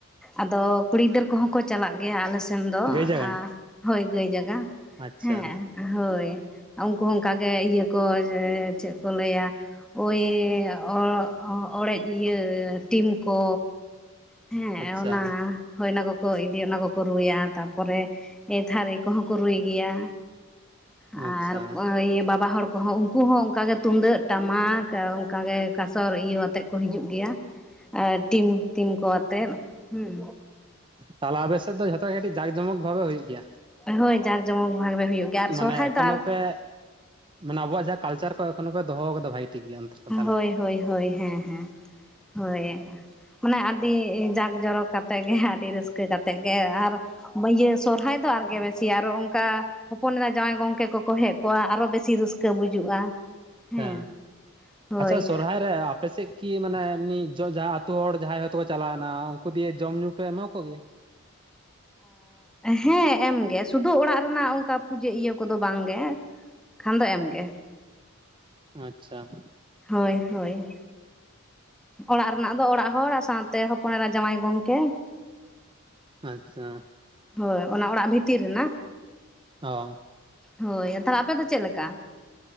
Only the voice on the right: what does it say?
ᱜᱟᱹᱭ ᱡᱟᱜᱟᱱ
ᱟᱪᱪᱷᱟ
ᱟᱪᱪᱷᱟ
ᱟᱪᱷᱟ
ᱛᱟᱦᱞᱮ ᱟᱵᱮᱥᱮᱫ ᱫᱚ ᱡᱷᱚᱛᱚ ᱜᱮ ᱠᱟᱹᱴᱤᱡ ᱡᱟᱠ-ᱡᱚᱢᱚᱠ ᱵᱷᱟᱵᱮ ᱦᱩᱭᱩᱜ ᱜᱮᱭᱟ᱾
ᱢᱟᱱᱮ
ᱮᱠᱷᱚᱱᱳ
ᱯᱮ ᱢᱟᱱᱮ ᱟᱵᱚ ᱡᱟᱦᱟᱸ ᱠᱟᱞᱟᱨ ᱠᱚ ᱮᱠᱷᱚᱱ ᱯᱮ ᱫᱚᱦᱚ ᱠᱟᱫᱟ ᱵᱷᱟᱹᱜᱤ ᱴᱤᱠ ᱜᱮᱭᱟ᱾ ᱫᱚ ᱛᱟᱦᱚᱞᱮ
ᱦᱮᱸᱻ
ᱟᱪᱷᱟ ᱥᱚᱨᱦᱟᱭ ᱨᱮ ᱟᱯᱮᱥᱮᱜ ᱠᱤ ᱢᱟᱱᱮ ᱮᱢᱤᱭ ᱟᱹᱛᱩ ᱦᱚᱲ ᱡᱟᱦᱟᱸᱭ ᱦᱚᱭᱛᱚᱠᱚ ᱪᱟᱞᱟᱣᱱᱟ ᱩᱱᱠᱩ ᱫᱤᱭᱮ ᱡᱚᱢ ᱧᱩ ᱯᱮ ᱮᱢᱟ ᱠᱚᱜᱮᱭᱟ?
ᱟᱪᱷᱟ᱾
ᱟᱪᱷᱟ᱾
ᱚ᱾